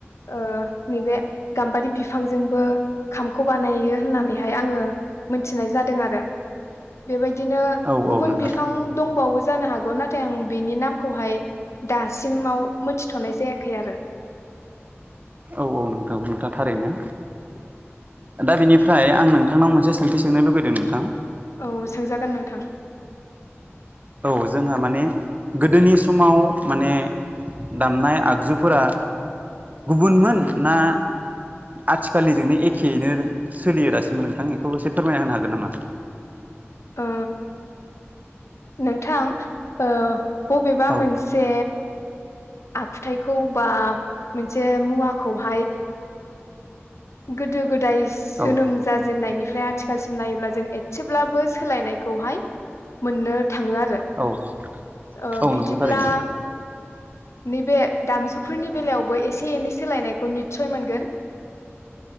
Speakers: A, on the left; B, on the right.
A: ओ नैबे गाम्बारि बिफांजोंबो खामखौ बानायो होननानैहाय आङो मोनथिनाय जादों आरो बेबायदिनो
B: औ
A: गुबुन
B: औ नोंथां
A: बिफां
B: थारै
A: दंबावो जानो हागौ नाथाय आं बिनि नामखौहाय दासिमाव मोनथिथ'नाय जायाखै आरो
B: औ औ नोंथां नोंथाङा थारैनो दा बेनिफ्राय आं नोंथांनाव मोनसे सोंथि सोंनो लुुबैदों नोंथां
A: औ सोंजागोन नोंथां
B: औ जोंहा माने गोदोनि समाव माने दामनाय आगजुफोरा गुबुनमोन ना आथिखालनिजोंनो एखेयैनो सोलियो दासिमबो नोंथां बेखौ एसे फोरमायना होनो हागोन नामा?
A: ओ नोंथां ओ बबेबा
B: औ
A: मोनसे आखुथायखौ बा मोनसे मुवाखौहाय गोदो गोदाय जोनोम
B: औ
A: जाजेननायनि फ्राय आथिखालसिम नायोब्ला जों एसेब्लाबो सोलायनायखौहाय मोननो थाङो आरो
B: औ
A: ओ
B: औ
A: बिदिब्ला
B: नंगौ थारैनो
A: नैबे दामजुफोरनि बेलायावबो एसे एनै सोलायनायखौ निसय मोनगोन